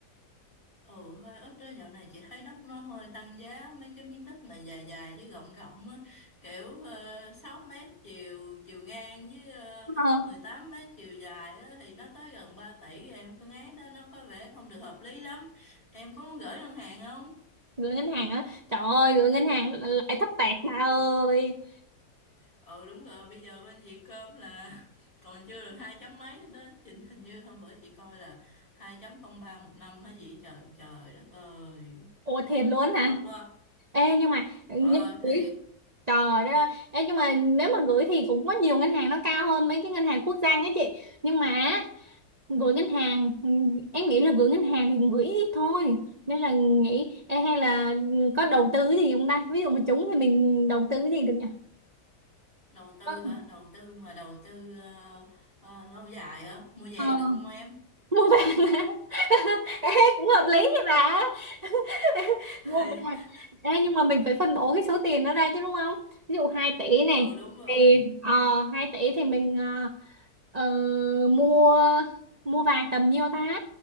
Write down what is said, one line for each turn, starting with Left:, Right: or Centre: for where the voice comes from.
Left: Ừ hơi ít đó dạo này chị thấy đất nó hơi tăng giá mấy cái miếng đất mà dài dài với rộng rộng á kiểu ờ, 6 mét chiều chiều ngang với ờ,
Right: ờ,
Left: 18 mét chiều dài á thì nó tới gần 3 tỷ rồi em phương án đó nó có vẻ không được hợp lý lắm em có muốn gửi ngân hàng không?
Right: gửi ngân hàng á trời ơi gửi ngân hàng lại thấp tẹt bà ơi
Left: Ừ đúng rồi bây giờ bên Vietcom là <laughs> còn chưa được hai chấm mấy nữa đó trình hình như hôm bữa chị coi là hai chấm không ba một năm hả gì trời trời đất ơi
Right: ôi thiệt luôn hả
Left: thấp quá
Right: ê nhưng mà nhưng
Left: ờ
Right: gửi
Left: thiệt
Right: trời đó ê nhưng mà nếu mà gửi thì cũng có nhiều ngân hàng nó cao hơn mấy cái ngân hàng quốc doanh á chị nhưng mà gửi ngân hàng ừ, em nghĩ là gửi ngân hàng thì gửi ít thôi nên là nghĩ ê, hay là có đầu tư cái gì không ta ví dụ mà trúng thì mình đầu tư cái gì được nhỉ
Left: đầu tư
Right: Vâng.
Left: hả
Right: <laughs>
Left: đầu tư mà đầu tư ờ, ờ, lâu dài hả mua vàng
Right: Ờ,
Left: được không em
Right: mua vàng á. <laughs> ê, cũng hợp lý thì bà <laughs>
Left: <laughs>
Right: mua vàng ê, nhưng mà mình phải phân bổ cái số tiền đó ra chứ đúng không ví dụ 2 tỷ này
Left: ừ đúng rồi
Right: thì ờ 2 tỷ thì mình ờ, ờ, mua mua vàng tầm nhiêu ta